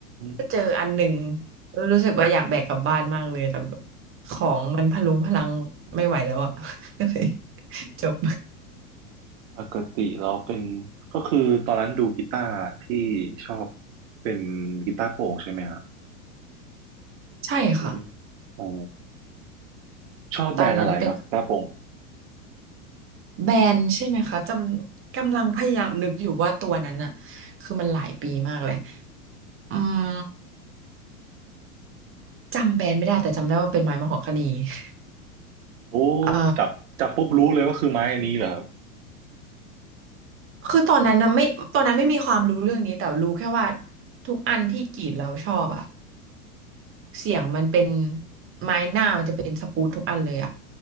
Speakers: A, on the right; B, on the right.
A: ก็เจออันหนึ่ง
B: ม
A: แล้วรู้สึกว่าอยากแบกกลับบ้านมากเลยแต่แบบของมันพะลุงพะลังไม่ไหวแล้วอ่ะ <laughs> ก็เลยจบ
B: ปกติแล้วเป็นก็คือตอนนั้นดูกีตาร์ที่ชอบเป็นกีตาร์โปร่งใช่ไหมฮะ
A: ใช่ค่ะ
B: อุ๊ยอ๋อชอบแบรนด์อะไรครับคุณป้าปง
A: ตอนนั้นเป็นแบนใช่ไหมคะจำกำลังพยายามนึกอยู่ว่าตัวนั้นอ่ะคือมันหลายปีมากเลยอืมจำแบรนด์ไม่ได้แต่จำได้ว่าเป็นไม้มะฮอกกานี <laughs>
B: โอ้
A: เอ่อ
B: จับจับปุ๊บรู้เลยว่าคือไม้อันนี้เหรอครับ
A: คือตอนนั้นนะไม่ตอนนั้นไม่มีความรู้เรื่องนี้แต่รู้แค่ว่าทุกอันที่กรีดแล้วชอบอะเสียงมันเป็นไม้หน้ามันจะเป็นสปูดทุกอันเลยอะ